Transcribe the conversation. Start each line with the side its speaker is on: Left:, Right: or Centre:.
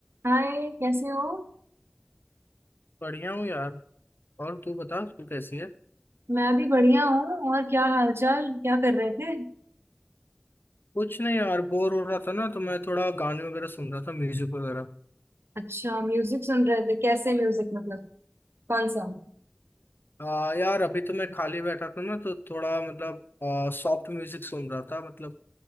Right: हाय कैसे हो
Left: बढ़िया हूँ यार और तू बता तू कैसी है
Right: मैं भी बढ़िया हूँ और क्या हालचाल क्या कर रहे थे
Left: कुछ नहीं यार बोर हो रहा था ना तो मैं थोड़ा गाने वगैरह सुन रहा था म्यूजिक वगैरह
Right: अच्छा म्यूजिक सुन रहे थे कैसे म्यूजिक मतलब कौन सा
Left: आ, यार अभी तो मैं खाली बैठा था ना तो थोड़ा मतलब सॉफ्ट म्यूजिक सुन रहा था मतलब